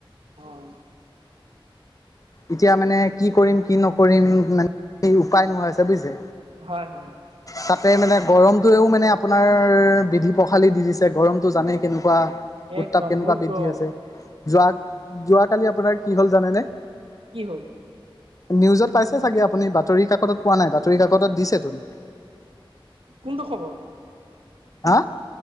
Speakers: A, on the right; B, on the left.
A: অ।
B: এতিয়া মানে কি কৰিম কি নকৰিম মানে উপায় নোহোৱা হৈছে বুজিছে।
A: হয় হয়
B: তাতে মানে গৰমটোয়েও মানে আপোনাৰ বিধি পখালি দি দিছে। গৰমটো জানেই কেনেকুৱা
A: একদম
B: উত্তাপ কেনেকুৱা
A: বহুত
B: বৃদ্ধি
A: গৰম
B: হৈছে যোৱা যোৱাকালি আপোনাৰ কি হ'ল জানেনে?
A: কি হ'ল?
B: নিউজত পাইছে চাগে আপুনি বাতৰি কাকতত পোৱা নাই বাতৰি কাকতত দিছেতো।
A: কোনটো খবৰ?
B: হা?